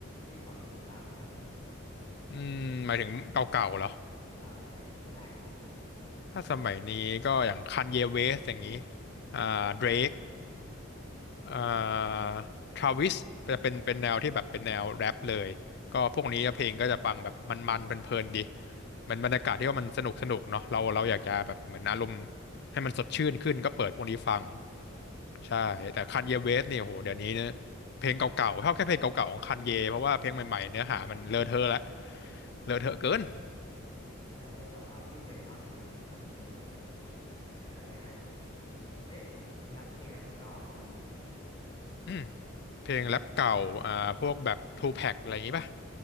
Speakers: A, on the left; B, on the left.
A: พี่ฟังใครอีกบ้างไหมครับ
B: อืมหมายถึงเก่าๆเหรอ
A: อ่าสมัยนี้ก็ได้พี่
B: ถ้าสมัยนี้ก็อย่างคันเยเวสอย่างนี้อ่าเดรกอ่าทราวิสจะเป็นเป็นแนวที่แบบเป็นแนวแรปเลยก็พวกนี้เพลงก็จะฟังแบบมันๆเพลินๆดีมันบรรยากาศที่ว่ามันสนุกสนุกเนาะเราเราอยากจะแบบเหมือนอารมณ์ให้มันสดชื่นขึ้นก็เปิดพวกนี้ฟัง
A: ใช่
B: ใช่แต่คันเยเวสเนี่ยโหเดี๋ยวนี้เนี่ยเพลงเก่าๆชอบแค่เพลงเก่าๆของคันเยเพราะว่าเพลงใหม่ๆเนื้อหามันเลอะเทอะละ
A: ใช่
B: เลอะเทอะเกิน
A: ใช่แล้วแบบว่าพี่เคยฟังไอ้นี่ไหมครับเอออะไรนะเอ้ยแรปเพลงแรปเก่าอะพี่
B: อืมเพลงแรปเก่าอ่าพวกแบบทูแพ็กอะไรอย่างงี้ป่ะ